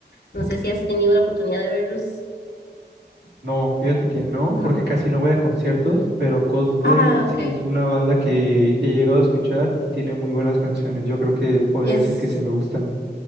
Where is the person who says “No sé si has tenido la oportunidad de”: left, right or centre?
Left